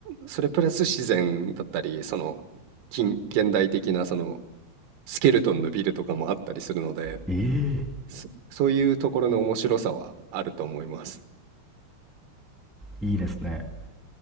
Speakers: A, on the right; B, in the centre.
A: それプラス自然だったり、その近現代的なそのスケルトンのビルとかもあったりするので、
B: え
A: そそういうところの面白さはあると思います。
B: えいいですね。